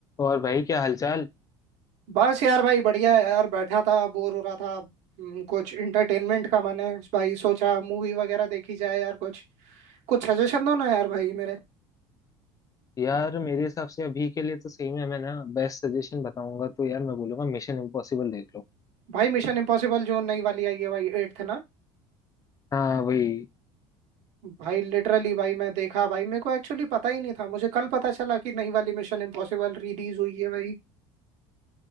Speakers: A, on the left (about 30°); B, on the right (about 65°).
A: और भाई क्या हालचाल
B: बस यार भाई बढ़िया है यार बैठा था बोर हो रहा था हम्म, कुछ इंटरटेनमेंट का मैंने भाई सोचा मूवी वगैरह देखी जाए यार कुछ कुछ सजेशन दो ना यार भाई मेरे
A: यार मेरे हिसाब से अभी के लिए तो सही में मैं ना बेस्ट सजेशन बताऊंगा तो यार मैं बोलूंगा मिशन इम्पॉसिबल देख लो
B: भाई मिशन इम्पॉसिबल जो नई वाली आई है भाई एट्थ ना
A: हाँ वही
B: भाई लिटरली भाई मैं देखा भाई मेरे को एक्चुअली पता ही नहीं था मुझे कल पता चला कि नई वाली मिशन इम्पॉसिबल रिलीज हुई है भाई